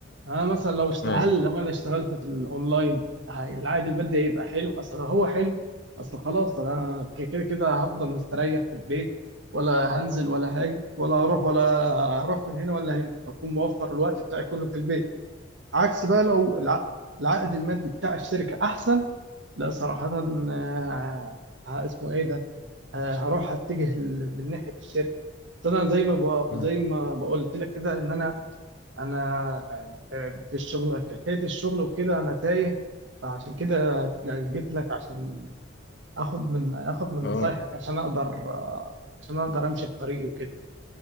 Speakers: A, on the right; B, on the left.
A: يعني انا مثلا لو اشت...
B: مم.
A: هل لو انا اشتغلت في الاونلاين هي- العائد المادي هيبقى حلو اصل هو حلو اصل خلاص انا ك- كده كده هفضل مستريح في البيت ولا هنزل ولا هاجي ولا هروح ولا هروح من هنا ولا هنا اكون موفر الوقت بتاعي كله في البيت عكس بقى لو الع... العائد المادي بتاع الشركه احسن لا صراحه آه، آه، اسمه ايه ده آه، هروح اتجه ل- من ناحيه الشركه بس انا زي ما بق-
B: مم.
A: زي ما بقولت لك كده ان انا انا في الشغل في حكايه الشغل وكده انا تايه فعشان كده جيت لك عشان اخد من اخد من
B: اه
A: نصايحك عشان اقدر آه، عشان اقدر امشي في طريقي وكده